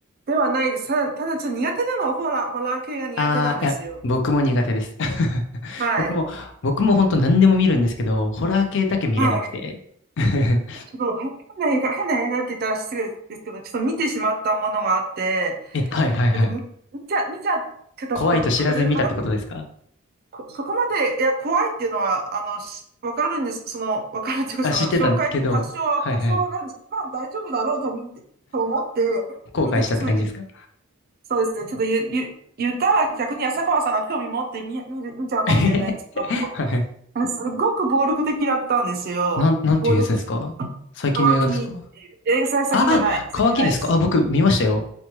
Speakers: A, on the right (about 45°); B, on the left (about 60°).
A: ではないです。ただ、ただちょっと苦手なのはホラー、ホラー系が苦手なんですよ。
B: あー、いや、僕も苦手です。<laughs>
A: はい。
B: 僕も、僕も本当何でも見るんですけど、ホラー系だけ見れなくて。
A: はい。
B: <laughs>
A: ちょっと変な映画、変な映画って言ったら失礼ですけど、ちょっと見てしまったものがあって、
B: え、はいはいはい。
A: やでも見見ちゃ、見ちゃってこれ、
B: 怖いと知らずに見たってことですか
A: これ話、こそこまで、いや、怖いっていうのは、あの、しわかるんです。その、わかるっていうか、
B: あ、
A: その、
B: 知ってたけど、
A: 紹介、多少は、
B: はいはい。
A: 多少はわかるんですけど、まあ、大丈夫だろうと見て、と思って、
B: 後悔したって感じですか
A: 見て、ちょっと言、そうですね、ちょっと言、言、言ったら逆に浅川さんが興味持って見、見る、見ちゃうかもしれないんですけど、
B: えへへ <laughs> はい。
A: なんかすごく暴力的だったんですよ。
B: なん、なんていうやつですか最近の映画ですか
A: 暴力シーン。乾きっていう。え、それ先じゃない。
B: ああ、
A: 先じゃないです。
B: 乾きですかあ、僕見ましたよ。